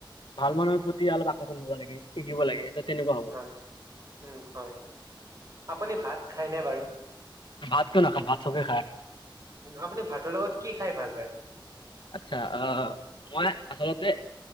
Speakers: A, on the left; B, on the right.
A: ভাল মানুহৰ প্ৰতি অলপ আকৰ্ষণ হব লাগে, শিকিব লাগে। তেনেকুৱা হ'ব
B: হয়।
A: লাগে
B: উম, হয়। আপুনি ভাত খাইনে বাৰু?
A: ভাত কিয় নাখাম? ভাত চবে খায়।
B: আপুনি ভাতৰ লগত কি খাই ভাল পায়?
A: আচ্ছা। অ'- মই আচলতে